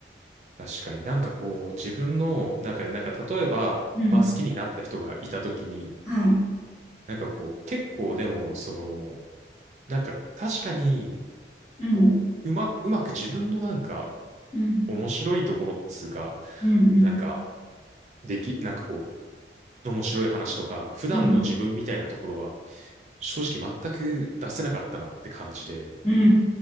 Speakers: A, on the right; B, in the centre.
A: 確かになんかこう、自分の中でなんか例えば、
B: うん。
A: まあ好きになった人がいた時に、
B: はい。
A: なんかこう、結構でも、その、なんか確かに、
B: うん。
A: こう、うまく、うまく自分のなんか、
B: うん。
A: 面白いところっつうか、
B: うん。
A: なんか、でき、なんかこう、面白い話とか、普段の自分みたいなところは、
B: うん。うん。
A: 正直全く出せなかったなって感じで、
B: うん。う